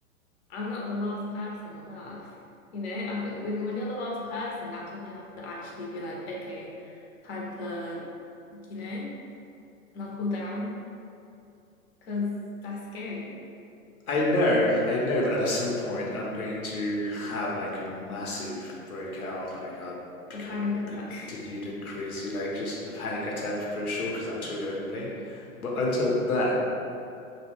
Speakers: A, on the left (about 45°); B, on the left (about 80°).
A: I'm not the last person on earth. You know, I, think when when you're the last person, that's when you have to actually be like, okay, time to, you know, knuckle down because that's scary.
B: I know, I know that at some point I'm going to have like a massive breakout, like I'll become
A: A panic attack.
B: a bit deluded, crazy, like just a panic attack for sure because I'm too lonely. But until then,